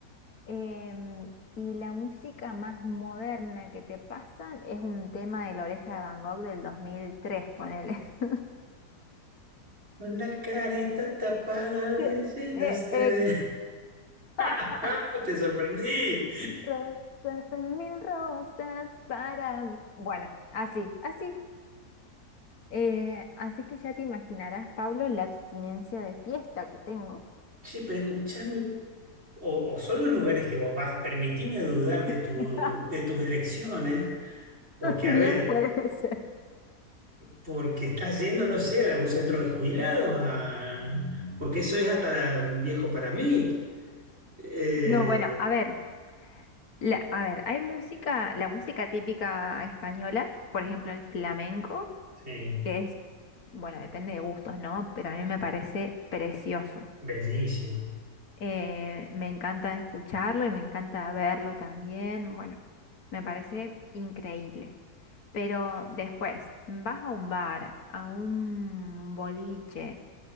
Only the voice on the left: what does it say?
em, y la música más moderna que te pasan es un tema de La Oreja de Van Gogh del 2003, ponele. <laughs>
Sí, eh,
eh,
<laughs>
Rosas, son mil rosas para... mí. Bueno, así, así. Eh, así que ya te imaginarás, Pablo, la abstinencia de fiesta que tengo.
<laughs>
Bien
puede ser.
No, bueno, a ver, La- a ver, hay música, la música típica española, por ejemplo el flamenco,
que es, bueno, depende de gustos, ¿no? Pero a mí me parece precioso.
Eh, me encanta escucharlo y me encanta verlo también. Bueno, me parece increíble. Pero después, vas a un bar, a un boliche,